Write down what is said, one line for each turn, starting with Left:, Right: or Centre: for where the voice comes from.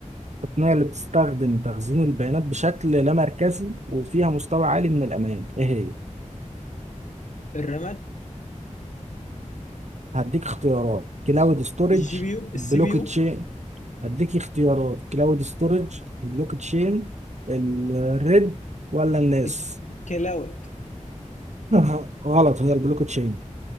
Right: التقنية اللي بتستخدم تخزين البيانات بشكل لا مركزي وفيها مستوى عالي من الأمان إيه هي؟
Left: الرماد
Right: هديك اختيارات كلاود ستورج
Left: الجي بي يو
Right: بلوك
Left: السي بي يو
Right: تشين هديك اختيارات كلاود ستورج البلوك تشين الريد ولا الناس
Left: الك- الكلاود
Right: <laughs> غلط هي البلوك تشين